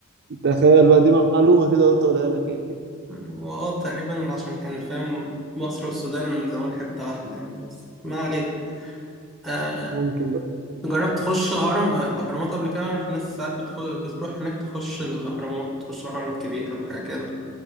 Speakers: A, on the right; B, in the centre.
A: تخيل بقى دي معلومه كده قلت اقولها لك ايه
B: واه تقريبا عشان كان فاهم مصر والسودان زمان حتة واحدة يعني بس ما علينا آه.
A: ممكن بقى
B: جربت تخش هرم آه، الأهرامات قبل كده أعرف ناس ساعات بتخ... بتروح هناك تخش الأهرامات تخش الهرم الكبير ولا حاجة كده